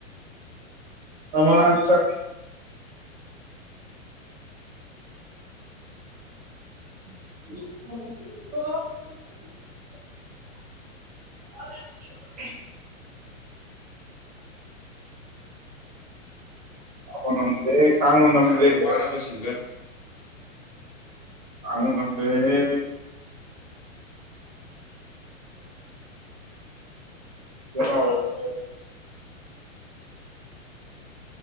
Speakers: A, on the right (about 30°); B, on the left (about 30°).
A: ꯑ ꯃ ꯆ ꯑꯣ <unintelligible> ꯑꯣ ꯅꯝꯗꯦ ꯈꯥꯡꯕ ꯉꯝꯗꯔꯦ
B: ꯌꯥꯝꯅ ꯋꯥꯔꯕ ꯁꯤꯡꯒꯔ
A: ꯈꯥꯡꯕ ꯉꯝꯗꯔꯦ ꯀ <unintelligible>